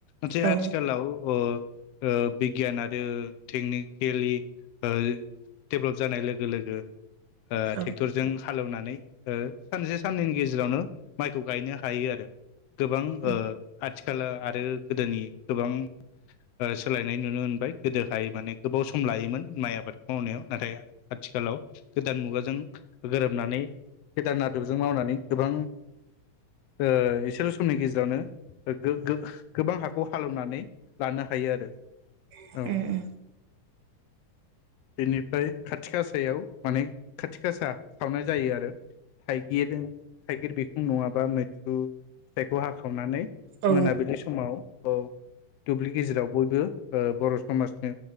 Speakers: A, on the left; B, on the right.
A: नथाय
B: औ
A: आथिखालाव ओ ओ बिगियान आरो टेकनिकेलि ओ डेबलप जानाय लोगो लोगो ओ
B: औ
A: ट्रेक्टरजों हालेवनानै ओ सानसे साननैनि गेजेरावनो माइखौ गायनो हायो आरो गोबां
B: उम
A: ओ आथिखाल आरो गोदोनि गोबां ओ सोलायनाय नुनो मोनबाय गोदोहाय माने गोबाव सम लायोमोन माइ आबादखौ मावनायाव नाथाय आथिखालाव गोदान मुगाजों गोरोबनानै गोदान आदबजों मावनानै गोबां ओ इसेल' समनि गेजेरावनो गो-गो गोबां हाखौ हालेवनानै लानो हायो आरो
B: उम
A: औ बेनिफ्राय खाथिग आसायाव माने खाथिग आसा सावनाय जायो आरो थाइगिर थाइगिर बिखुं नङाबा मैद्रु फिथाइखौ हाखावनानै
B: औ
A: मोनाबिलि समाव औ। दुब्लि गेजेराव बयबो ओ बर'समाजनि